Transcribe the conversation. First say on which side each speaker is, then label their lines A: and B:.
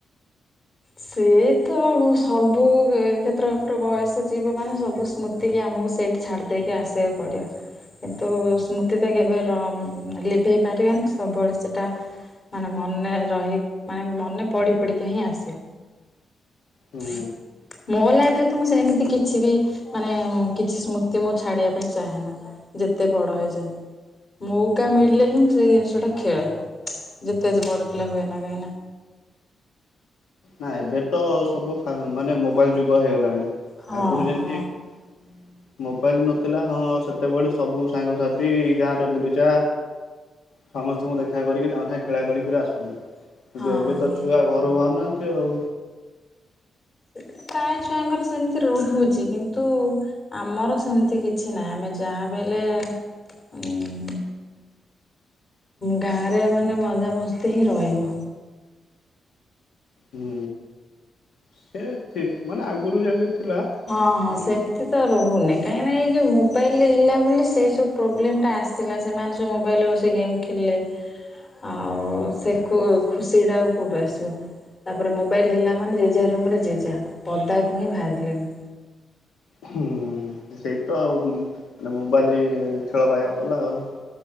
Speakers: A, on the left (about 40°); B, on the left (about 85°).
A: ସିଏ ତ ସବୁ କ୍ଷେତ୍ର ବୟସ ଜୀବ ମାନେ ସବୁ ସ୍ମୃତି କିି ଆମକୁ ସେଇଠି ଛାଡ଼ି ଦେଇକି ଆସିବାକୁ ପଡ଼ିବ। କିନ୍ତୁ ସ୍ମୃତି ତ କେବେ ଲିଭେଇ ପାରିବେନି ସବୁବେଳେ ସେଟା ମାନେ ମନେ ରହି ମାନେ ମନେ ପଡ଼ି ପ଼ଡି କା ହିଁ ଆସେ।
B: ହୁଁ
A: ହ ମୋ ଲାଇଫ୍ ରେ ତ ମୁଁ ସେମିତି କିଛି ବି ମାନେ କିଛି ସ୍ମୃତି ମୁଁ ଛାଡିବା ପାଇଁ ଚାହେଁ ନା। ଯେତେ ବଡ଼ ହେଇଯା। ମଉକା ମିଳିଲେ ହିଁ ମୁଁ ସେଇ ଜିନିଷଟା ଖେଳେ ଯେତେ ବଡ଼ ପିଲା ହୁଏ ନା କାହିଁକିନା।
B: ନା ଏବେ ତ ସବୁ ଫା ମାନେ ମୋବାଇଲ ଯୁଗ ହେଇଗଲାଣି
A: ହଁ
B: ଆଗରୁ ଯେମିତି
A: ହଁ
B: ହଁ। ମୋବାଇଲ ନଥିଲା ହଁ ସେତେବେଳେ ସବୁ ସାଙ୍ଗସାଥି ଗାଁ ରେ ବୁଲୁଚା। ସମସ୍ତଙ୍କୁ ଦେଖା କରିକି ତାଙ୍କ ସାଙ୍ଗେ ଖେଳା ଖେଳିକରି ଆସନ୍ତୁ। କିନ୍ତୁ
A: ହଁ।
B: ଏବେ ତ ଛୁଆ ଘରୁ ବାହାରୁନାହାନ୍ତି ଆଉ।
A: ସେଟାତ ପ୍ରାୟ ଛୁଆଙ୍କର ସେମିତି ରହହୁଛି କିନ୍ତୁ ଆମର ସେମତି କିଛି ନାଁ ଆମେ ଯାହା ବିହେଲେ ଉଁ ଗାଁରେ ମାନେ ମଜାମସ୍ତି ହିଁ ରହିବ।
B: ହୁଁ ସେ ଥି ମାନେ ଆଗୁରୁ ଯେମତି ଥିଲା
A: ହଁ ହଁ
B: ମାନେ
A: ସେମତି ତ ରହୁନି କାଇଁକିନା ଏଇ ଯୋଉ ମୋବାଇଲ ହେଲା ବୋଲି ସେଇ ସବୁ ପ୍ରୋବ୍ଲେମ ଟା ଆସିଲା ସେମାନେ ସବୁ ମୋବାଇଲ ରେ ବସି ଗେମ୍ ଖେଲେ ଆଉ ସେ ଖୁ ଖୁସି ଟା ଆଉ କୋଉଠୁ ଆସିବ? ତାପରେ ମୋବାଇଲ ହେଲା ମାନେ ଜେଜା ରୁମ୍ ରେ ଜେଜା ପଦାକୁ ହିଁ ଭାରିଲେନି।
B: ହୁଁ ସେଇ ତ ଆଉ ମାନେ ମୋବାଇଲି ଖେଳ ବାଇଆ କଲା ଆଉ।